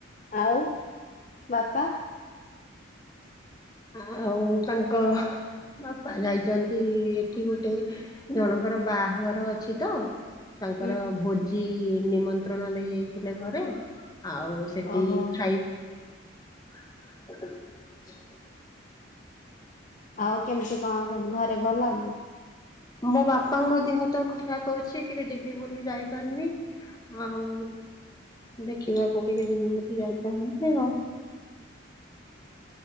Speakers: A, on the left; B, on the left.
A: ଆଉ ବାପା?
B: ଆଉ ତାଙ୍କ ବାପା ଯାଇଛନ୍ତି ଏଠି ଗୋଟେ ଜଣଙ୍କର ବାହାଘର ଅଛି ତ। ତାଙ୍କର
A: ହୁଁ
B: ଭୋଜି ନିମନ୍ତ୍ରଣ ଦେଇ ଯାଇଥିଲେ ଘରେ। ଆଉ ସେଠି
A: ଓହୋ
B: ଖାଇ <inaudible>
A: ଆଉ କେମିତି କଣ ସବୁ ଘରେ ଭଲ ନା?
B: ମୋ ବାପାଙ୍କ ଦେହ ତ ଖରାପ ଅଛି ଟିକେ ଯିବି ବୋଲି ଯାଇପାରୁନି ଆଉ ଦେଖିବାକୁ ଟିକେ ଯିବି ବୋଲି ଯାଇପାରୁନି ଆଉ।